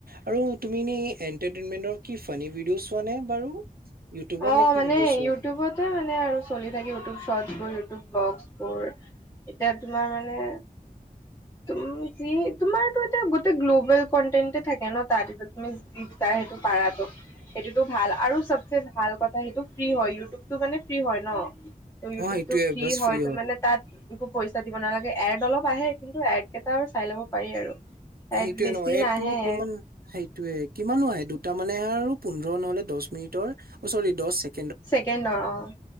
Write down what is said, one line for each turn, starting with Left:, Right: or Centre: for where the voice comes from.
Right: আৰু তুমি এনে এণ্টাৰটেইমেণ্টৰ কি ফানী ভিডিঅ' চোৱা নে বাৰু? ইউটিউবত
Left: অহ,
Right: নে কি
Left: মানে
Right: ভিডিঅ' চোৱা?
Left: ইউটিউবতে মানে আৰু চলি থাকে ইউটিউব শট গৈ ইউটিউব ব্লগচ বোৰ এতিয়া তোমাৰ মানে তুম যি তোমাৰতো এতিয়া গোতেই গ্ল'বেল কন্টেন্টে থাকে ন' তাত এতিয়া তুমি যি বিচাৰা সেইটো পাৰটো সেইটোতো ভাল আৰু চবেচে। ভাল কথা সেইটো ফ্ৰী হয় ইউটিউবটো মানে ফ্ৰী হয় ন। ত ইউটোবটো
Right: অ', সেইটোয়ে
Left: ফ্ৰি
Right: বছ
Left: হয়
Right: ফ্ৰী
Left: তো মানে তাত। একো পইচা দিব নালাগে এৰ্ড অলপ আহে কিন্তু এৰ্ড কেইটা চাই ল'ব পাৰি আৰু।
Right: সেইটোয়ে
Left: এড বেছি
Right: ন এইটো
Left: নাহে
Right: কিমান
Left: এড
Right: সেইটোয়ে কিমানো আহে। তাৰ মানে আৰু পোন্ধৰ নহলে দহ মিনিটৰ অ ছৰি দছ চেক।
Left: চেকেণ্ডৰ অ